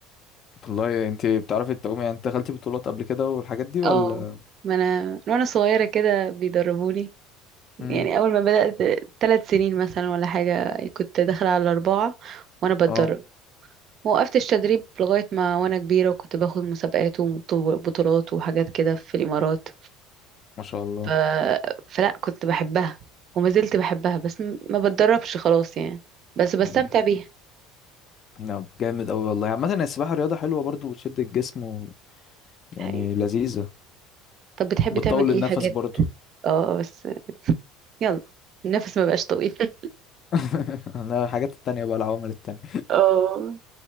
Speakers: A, on the left (about 40°); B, on the right (about 45°).
A: والله انت بتعرفي تعومي يعني انت دخلتي بطولات قبل كده والحاجات دي ولا
B: اه ما انا من وانا صغيرة كده بيدربوني
A: امم
B: يعني اول ما بدأت ثلاث سنين مثلا ولا حاجة كنت داخلة على الاربعة وانا بتدرب
A: اه
B: وقفتش تدريب لغاية ما وانا كبيرة وكنت باخد مسابقات وبطولات وحاجات كده في الامارات
A: ما شاء الله
B: ف... فلا كنت بحبها وما زلت بحبها بس م- ما بتدربش خلاص يعني بس بستمتع
A: امم
B: بيها
A: لا جامد قوي والله عامة السباحة رياضة حلوة برضو وتشد الجسم و... يعني
B: يعني
A: لذيذة
B: طب بتحبي
A: وبتطول
B: تعمل ايه
A: النفس
B: حاجات
A: برضو
B: اه بس يلا النفس ما بقاش طويل <laughs>
A: <laughs> انا الحاجات التانية بقى العوامل التانية
B: اه